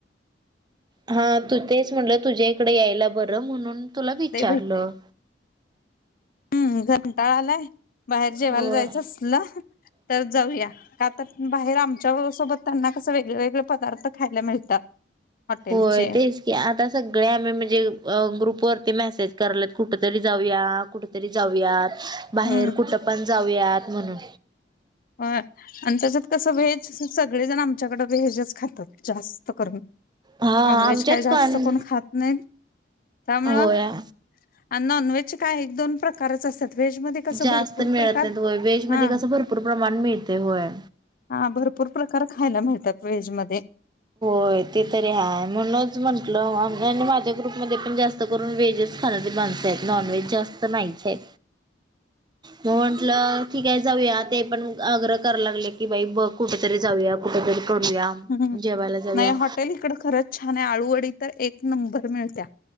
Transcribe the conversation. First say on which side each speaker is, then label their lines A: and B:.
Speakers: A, on the right; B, on the left.
A: हा तू तेच म्हणलं तुझ्या इकडे यायला बरं म्हणून तुला विचारलं
B: ते ह हं पळालाय बाहेर जेवायला
A: होय
B: जायचं असलं तर जाऊया का तर बाहेर आम सोबत त्यांना कस वेगळेवेेगळे पदार्थ खायला मिळतात. हॉटेलचे
A: होय तेच की आता सगळे आम्ही म्हणजे ग्रुप वरती मेसेज करलेत कुठ तरी जाऊया, कुठतरी जाऊया, बाहेर
B: हम्म
A: कुठ पण जाऊयात म्हणून.
B: हो आणि त्याच्यात कस व्हेज सगळेजण आमच्याकडे व्हेजच खातात जास्त करून.
A: हा
B: नॉन व्हेज
A: आमच्यात
B: काय जास्त
A: पण
B: कोण खात नाही. त्यामुळं
A: होय
B: आणि नॉनवे्ज काय दोन प्रकारच असतात व्हेज मध्ये कस
A: जास्त
B: भरपूर
A: मिळत
B: प्रकार
A: नाहीत होय व्हेज मध्ये
B: हा.
A: कसं भरपूर प्रमाण मिळते होय
B: हा भरपूर प्रकार खायला मिळतात व्हेज मध्ये.
A: होय ते तरी हाय म्हणूनच म्हंटलं माझ्या ग्रुपमध्ये पण जास्त करून वेहेजच खानारी मान सय नॉनव्हेज जास्त नाहीचे. मग म्हंटलं ठीके जाऊयात. ते पण आग्रह करा लागले की, बाई बघ कुठेतरी जाऊया, कुठेतरी करूया.
B: हं,
A: जेवायला जाऊया
B: नाही हॉटेल इकड खरंच छाने. आळूवडी तर एक नंबर मिळत्या.